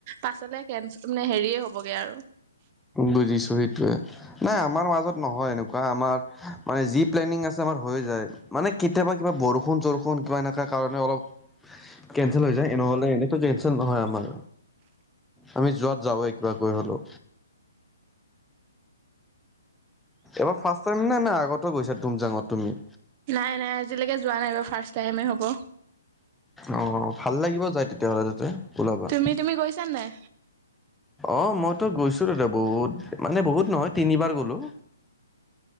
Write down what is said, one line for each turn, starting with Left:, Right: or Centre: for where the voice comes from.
Right: পাছলে কে মানে হেৰিয়ে হ'বগে আৰু।
Centre: বুজিছো সেইটোয়ে নাই আমাৰ মাজত নহয় এনেকু- কুৱা আমাৰ মানে যি প্লেনিং আছে আমাৰ হৈ যায়। মানে কেতিয়াবা কিবা বৰষুণ চৰষুণ কিবা এনেকুৱা কাৰণে অলপ কেঞ্চেল হৈ যায় এনেহলে এনেটো জেনচেন নহয় আমাৰ। আমি যোৱাত যাওঁ কিবা কৰি হ'লেও। এবাৰ ফাৰ্ষ্ট টাইম নে নাই আগতে গৈছা তুমজাঙত তুমি?
Right: নাই নাই আজিলৈকে যোৱা নাই বাৰু ফাৰ্ষ্ট টাইমে হ'ব।
Centre: অ ভাল লাগিব যায় তেতিয়াহ'লে তাতে। ওলাবা
Right: তুমি তুমি গৈছা নাই?
Centre: অ মইতো গৈছো তাতে বহুত মানে বহুত নহয় তিনিবাৰ গলোঁ।